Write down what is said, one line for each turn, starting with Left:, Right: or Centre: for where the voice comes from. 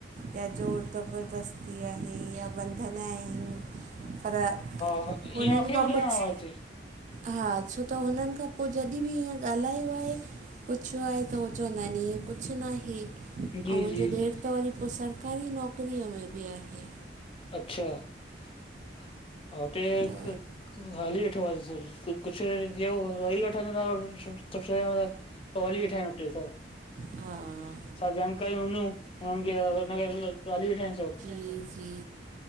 Right: या जोर ज़बरदस्ती आहे या बंधन आहिनि पर
Left: ह
Right: हुननि
Left: ईअं मूंखे
Right: खां
Left: ॿुधाइण
Right: पुछ
Left: <unintelligible>
Right: हा छो त हुननि खां पोइ जॾीं बि इअं ॻाल्हायो आहे पुछियो आहे, त उह चवंदा आहिनि इअं कुझु न आहे ऐं
Left: जी
Right: मुंहिंजो
Left: जी
Right: ॾेर त वरी पोइ सरकारी नौकरीअ में बि आहे।
Left: अच्छा, <unintelligible>
Right: त
Left: कुझु <unintelligible>
Right: हा
Left: छा जानकारिय हूंदयूं हुननि खे, हली वेठा आहिनि सभ
Right: जी, जी